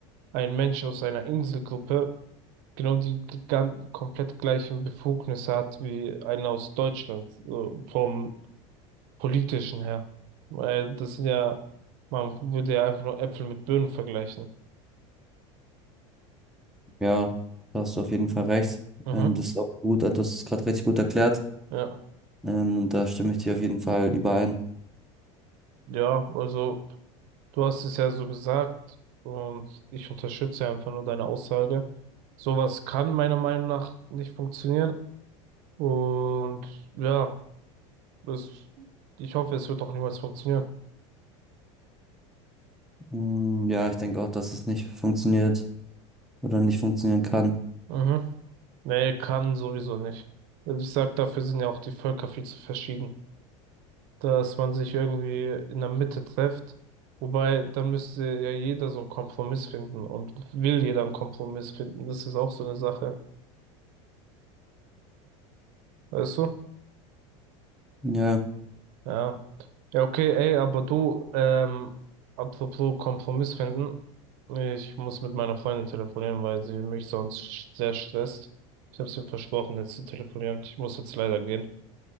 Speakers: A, on the right; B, in the centre.
A: ein Mensch aus einer Inselgruppe genau die g- gan- komplett gleichen Befugnisse hat wie einer aus Deutschland, so vom politischen her. Weil das sind ja, man würde ja einfach nur Äpfel mit Birnen vergleichen.
B: ja, da hast du auf jeden Fall recht.
A: Mhm.
B: Ähm, das ist auch gut, also das ist gerade richtig gut erklärt.
A: Ja.
B: Ähm, und da stimme ich dir auf jeden Fall überein.
A: Ja, also du hast es ja so gesagt und ich unterstütze einfach nur deine Aussage. Sowas kann meiner Meinung nach nicht funktionieren und ja, das, ich hoffe, es wird auch niemals funktionieren.
B: Mm, Ja, ich denke auch, dass es nicht funktioniert oder nicht funktionieren kann.
A: Mhm. Nee, kann sowieso nicht. Also Ich sag, dafür sind ja auch die Völker viel zu verschieden, dass man sich irgendwie in der Mitte trifft. Wobei, dann müsste ja jeder so einen Kompromiss finden und will jeder einen Kompromiss finden. Das ist auch so eine Sache. Weißt du?
B: Ja,
A: Ja. Ja, okay, ey, aber du, ähm, apropos Kompromiss finden. Ich muss mit meiner Freundin telefonieren, weil sie mich sonst sch- sehr stresst. Ich habe ihr versprochen, jetzt zu telefonieren. Ich muss jetzt leider gehen.